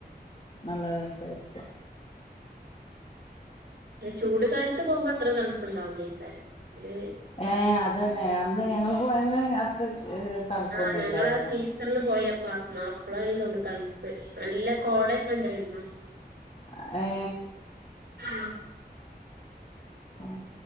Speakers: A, on the left; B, on the right.
A: നല്ലരസായിരിക്കും
B: ഉം ചൂട് കാലത്ത് പോകുമ്പോ അത്ര തണുപ്പുണ്ടാവൂലേക്കാരം അത്
A: ഏ അതന്നെ അന്ന് ഞങ്ങള് പോയന്ന് അത്ര തണുപ്പൊന്നും
B: ആ ഞങ്ങൾ
A: ഇല്ലായിരുന്നു
B: ആ സീസണില് പോയപ്പോ മാ അപ്പളാന്ന് തോന്നുണു തണുപ് പ്പ് നല്ല കോടയെക്കെ ഉണ്ടായിരുന്നു
A: ആഏ
B: ആ
A: ഉം